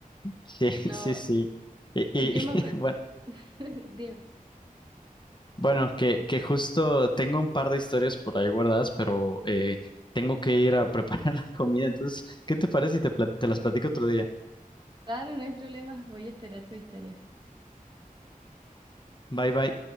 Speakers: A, on the left (about 30°); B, on the right (about 35°).
A: Sí, <laughs>
B: No,
A: sí, sí. Y, y,
B: eh, yo me acuerdo...
A: <laughs> bueno.
B: <laughs> Dime.
A: Bueno, que, que justo tengo un par de historias por ahí guardadas, pero eh, tengo que ir a preparar <laughs> la comida. Entonces, ¿qué te parece si te, pla- te las platico otro día?
B: Claro, no hay problema, voy a esperar tu historia.
A: Bye bye.